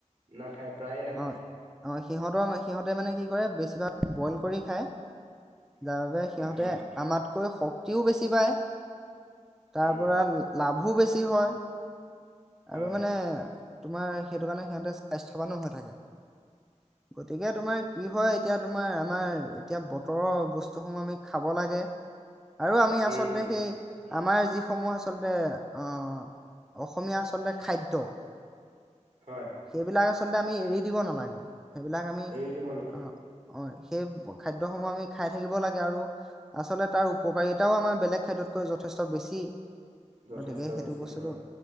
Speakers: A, on the right (about 60°); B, in the centre.
A: নাখাই। প্ৰায়ে নাখায়।
B: অ অ সিহঁতৰ সিহঁতে মানে কি কৰে বেছিভাগ ব্ৰইল কৰি খায়। যাৰ বাবে সিহঁতে
A: হয়
B: আমাতকৈ শক্তিও বেছি পায়- তাৰ
A: উম
B: পৰা লাভ ভো বেছি হয়।
A: হয়
B: আৰু মানে তোমাৰ সেইটো কাৰণে সিহঁতে স্বাস্থ্যৱানো হয় থাকে। তাকে গতিকে তোমাৰ কি হয় এতিয়া তোমাৰ আমাৰ এতিয়া বতৰৰ বস্তুসমূহ আমি খাব লাগে আৰু আমি আচলতে
A: উম উম
B: সেই আমাৰ যিসমূহ আচলতে আহ অসমীয়া আচলতে খাদ্য
A: হয়
B: সেইবিলাক আচ আচলতে আমি এৰি দিব নালাগে। সেইবিলাক আমি
A: এৰি দিব
B: অ অ সেই খাদ্যসমূহ আমি খাই থাকিব লাগে আৰু আচলতে তাৰ উপকাৰিতাও আমাৰ বেলেগ খাদ্যতকৈ যথেষ্ট বেছি।
A: যথেষ্ট
B: গতিকে সেইটো
A: বেছি
B: বস্তুটো
A: হয়।